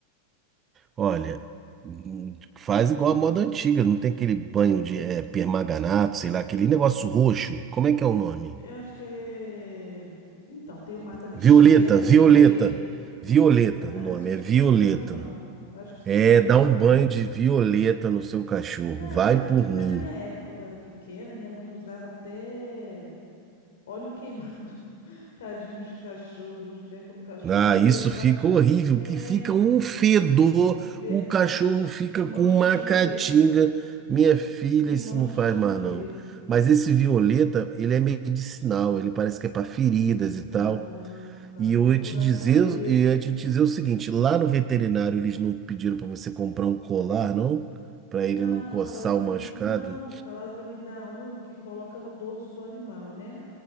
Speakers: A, on the right; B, on the left.
A: Olha, hum, faz igual a moda antiga, não tem aquele banho de eh, permanganato, sei lá, aquele negócio roxo. Como é que é o nome?
B: Eu acho que é. Então, tem o mata-bicheira,
A: Violeta, Violeta.
B: que é Splay.
A: Violeta,
B: Ah,
A: o nome
B: isso eu acho
A: é Violeta.
B: que não adianta, não. Acho que isso
A: É,
B: não adianta,
A: dá um
B: não.
A: banho de violeta no seu cachorro.
B: Na,
A: Vai
B: na,
A: por mim.
B: na minha época, quando eu era pequena, minha mãe usava até óleo queimado, <laughs> tadinho nos cachorros, né? Quando o cachorro.
A: Ah,
B: Mas
A: isso
B: aí, é-
A: fica
B: mas,
A: horrível,
B: é,
A: que fica um fedor,
B: Verdade.
A: o cachorro fica
B: E mancha
A: com uma
B: o chão
A: catinga.
B: inteiro.
A: Minha filha,
B: E
A: isso
B: mancha
A: não faz
B: o chão
A: mais
B: inteiro.
A: não. Mas esse violeta, ele é medicinal, ele parece que é para feridas e tal.
B: Ah, tá.
A: E
B: Vou
A: eu
B: procurar
A: ia te dizer,
B: saber.
A: eu ia te dizer o seguinte, lá no veterinário eles não pediram para você comprar um colar, não? Para ele
B: Não,
A: não coçar
B: falaram pra
A: o machucado.
B: mim. Não, falaram pra me dar um que coloca no dorso do animal, né?